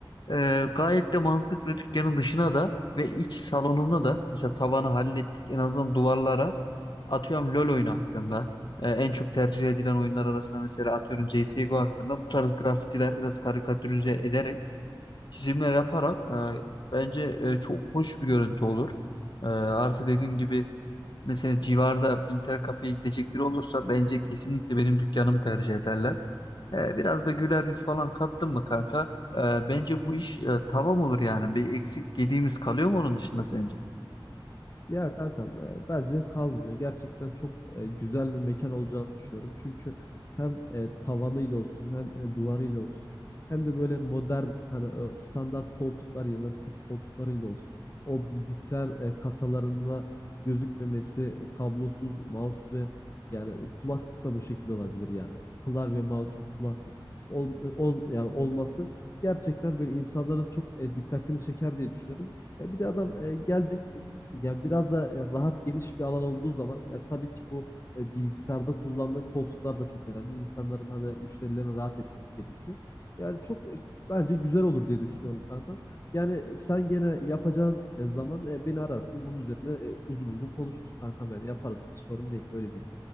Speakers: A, on the left (about 60°); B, on the left (about 35°).
A: Ee, gayet de mantıklı dükkanın dışına da ve iç salonuna da mesela tavanı hallettik en azından duvarlara Atıyorum LoL oyunu hakkında. e, en çok tercih edilen oyunlar arasında mesela atıyorum CSGO hakkında bu tarz grafitiler biraz karikatürize ederek çizimler yaparak e, bence e, çok hoş bir görüntü olur. E, artı dediğim gibi mesela civarda bir internet kafeye gidecek biri olursa bence kesinlikle benim dükkanımı tercih ederler. E, biraz da güler yüz falan kattın mı kanka? E, bence bu iş e, tamam olur yani. Bir eksik gediğimiz kalıyor mu onun dışında sence?
B: Ya kankam e, bence kalmıyor. Gerçekten çok e, güzel bir mekan olacağını düşünüyorum. Çünkü hem e, tavanıyla olsun hem e, duvarıyla olsun hem de böyle modern hani o standart koltuklar yerine puf koltuklarıyla olsun. O bilgisayar e, kasalarında gözükmemesi, e, kablosuz mouse ve yani kulak da bu şekilde olabilir yani. Klavye, mouse, kulaklık ol, e, ol, yani olması gerçekten böyle insanların çok e, dikkatini çeker diye düşünüyorum. Ya bir de adam e, gelecek ya biraz da e, rahat geniş bir alan olduğu zaman ya tabii ki bu e, bilgisayarda kullandığı koltuklar da çok önemli. İnsanların hani müşterilerin rahat etmesi gerekiyor. Yani çok e, bence güzel olur diye düşünüyorum kanka. Yani e, sen gene yapacağın e, zaman e, beni ararsın. Bunun üzerine e, uzun uzun konuşuruz kankam yani yaparız. Hiç sorun değil. Öyle değil.